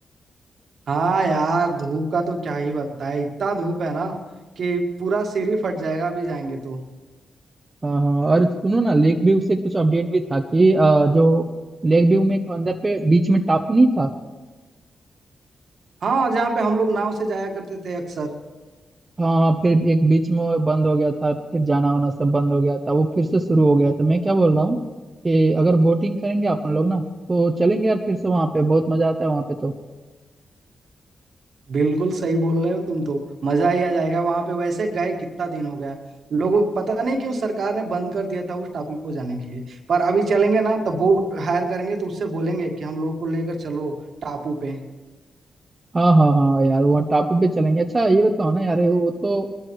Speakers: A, on the right; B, on the right.
A: हाँ यार धूप का तो क्या ही बताए इतना धूप है ना कि पूरा सिर ही फट जाएगा अभी जाएंगे तो
B: हाँ हाँ और सुनो ना लेक व्यू से कुछ अपडेट भी था कि अ, जो लेक व्यू में एक अंदर पे बीच में टापू नहीं था
A: हाँ जहाँ पे हम लोग नाव से जाया करते थे अक्सर
B: हाँ फिर एक बीच में वो बंद हो गया था फिर जाना वाना सब बंद हो गया था वो फिर से शुरू हो गया तो मैं क्या बोल रहा हूँ कि अगर बोटिंग करेंगे अपन लोग ना तो चलेंगे यार फिर से वहाँ पे बहुत मजा आता है वहाँ पे तो
A: बिल्कुल सही बोल रहे हो तुम तो मजा ही आ जाएगा वहां पे वैसे गए कितना दिन हो गया लोगों पता नहीं क्यों सरकार ने बंद कर दिया था उस टापू को जाने के लिए पर अभी चलेंगे ना तो बोट हायर करेंगे तो उससे बोलेंगे कि हम लोग को लेकर चलो टापू पे
B: हाँ हाँ हाँ यार वहाँ टापू पे चलेंगे अच्छा ये बताओ ना यार वो तो